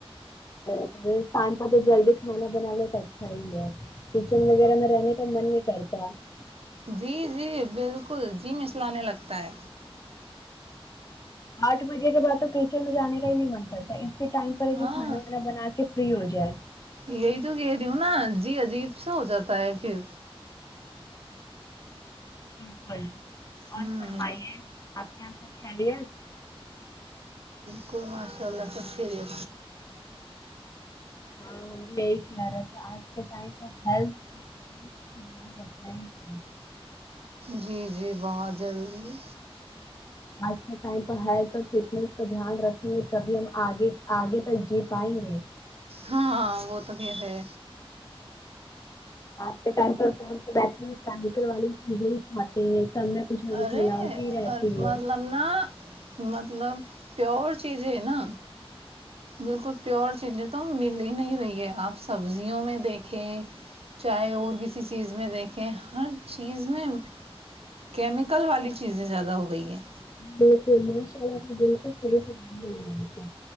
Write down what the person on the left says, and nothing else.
<unintelligible> کچن وغیرہ میں رہنے کا من نہیں <unintelligible>
آٹ بجے کے بعد تو کرچن میں جے کا ہی نہیں من کرتا اسی ٹائم پر ہے کہ
کھانا وانا بنا کے فری ہو جائے
بال کو
اور فرمائیے آپ کیا سب خلر
ہاں یہی خیا رہ تھا آج کے ٹائم تو ہی ف دھیان رکھنا ہی چاہیے
آج کے ٹائم پر ہیلتھ اور فٹنیس پر دھیان رکھیں گے تبھی ہم آگے آگے تک جی پائیں گے
آج کے ٹائم پر تو بیٹھ فم والی چیزیں ہی کھاتے ہیں سب میں کچھ نہ
کچھ ملاوٹی ہی رہتی ہے
ماشاء اللہ بکل طریق ب لیاتا